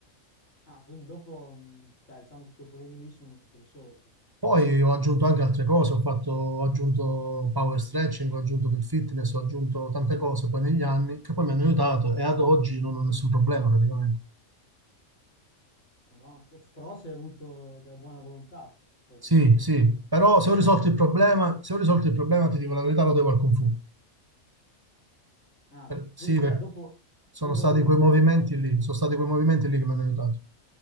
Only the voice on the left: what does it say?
Ah, quindi dopo, mh, cioè, diciamo che quei problemi lì sono stati risolti.
Madonna, cioè, però c'è avuto della buona volontà per
risolverli,
no?
Ah,
quindi,
cioè, dopo,
quindi
dopo Wing
Chun hai fatto...